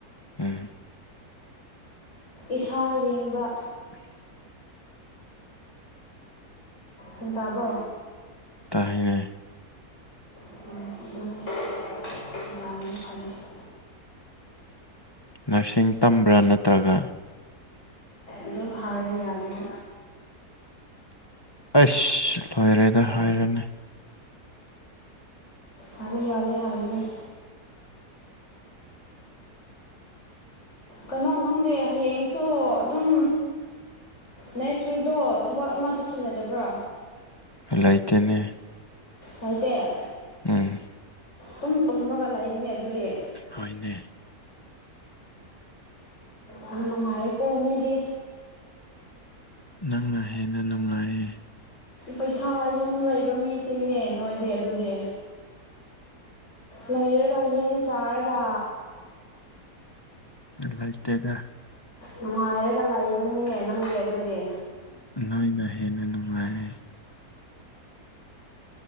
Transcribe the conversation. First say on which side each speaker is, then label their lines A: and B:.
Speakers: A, on the left; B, on the left.
A: ꯎꯝ
B: ꯏꯁꯥ ꯌꯦꯡꯕ
A: <inaudible>
B: ꯍꯟꯇꯕꯣ
A: ꯇꯥꯏꯌꯦꯅꯦ
B: <unintelligible>
A: ꯅꯔꯁꯤꯡ ꯇꯝꯕ꯭ꯔꯥ ꯅꯠꯇ꯭ꯔꯒ
B: ꯑꯗꯨꯝ ꯍꯥꯏꯕ ꯌꯥꯗꯕ
A: ꯑꯁ ꯂꯣꯏꯔꯦꯗ ꯍꯥꯏꯔꯣꯅꯦ
B: ꯍꯥꯏꯕ ꯌꯥꯗꯦ ꯍꯥꯏꯕꯅꯤ ꯀꯩꯅꯣ ꯅꯪꯗꯤ ꯍꯌꯦꯡꯁꯨ ꯑꯗꯨꯝ ꯅꯦꯛꯁ ꯋꯤꯛꯗꯣ ꯊꯕꯛ ꯑꯃꯠꯇꯁꯨ ꯂꯩꯇꯕ꯭ꯔꯥ
A: ꯂꯩꯇꯦꯅꯤ
B: ꯂꯩꯇꯦ
A: ꯎꯝ
B: ꯇꯨꯝ ꯇꯨꯝꯔꯒ ꯂꯩꯕꯅꯤ ꯑꯗꯨꯗꯤ
A: ꯍꯣꯏꯅꯦ
B: ꯌꯥꯝ ꯅꯨꯡꯉꯥꯏꯔꯦꯀꯣ ꯃꯤꯗꯤ
A: ꯅꯪꯅ ꯍꯦꯟꯅ ꯅꯨꯡꯉꯥꯏꯌꯦ
B: ꯄꯩꯁꯥ ꯌꯥꯝ ꯂꯩꯕ ꯃꯤꯁꯤꯡꯅꯦ ꯅꯣꯏꯗꯤ ꯑꯗꯨꯗꯤ ꯂꯩꯔꯒ ꯌꯦꯟ ꯆꯥꯔꯒ
A: ꯂꯩꯇꯦꯗ
B: ꯅꯨꯡꯉꯥꯏꯔꯒ ꯂꯩꯕꯅꯤꯅꯦ ꯅꯪꯗꯤ ꯑꯗꯨꯗꯤ
A: ꯅꯣꯏꯅ ꯍꯦꯟꯅ ꯅꯨꯡꯉꯥꯏꯌꯦ